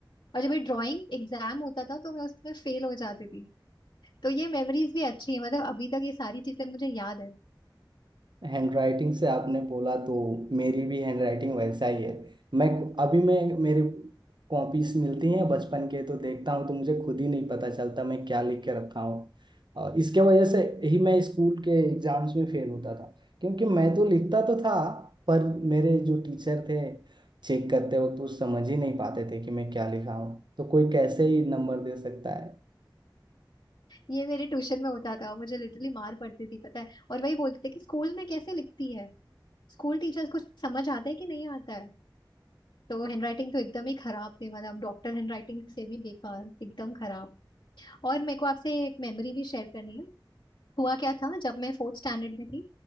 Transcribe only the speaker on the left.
और जब ये ड्राइंग एग्जाम होता था तो मैं उसमें फेल हो जाती थी तो ये मेमोरीज भी अच्छी है मतलब अभी तक ये सारी चीजें मुझे याद है
ये मेरे ट्यूशन में होता था मुझे लिटरली मार पड़ती थी पता है और वही बोलते थे कि स्कूल में कैसे लिखती है स्कूल टीचर्स को समझ आता है कि नहीं आता है तो हैंडराइटिंग तो एकदम ही खराब थी मतलब डॉक्टर हैंडराइटिंग से भी बेकार एकदम खराब और मेरे को आपसे एक मेमोरी भी शेयर करनी है हुआ क्या था जब मैं फोर्थ स्टैंडर्ड में थी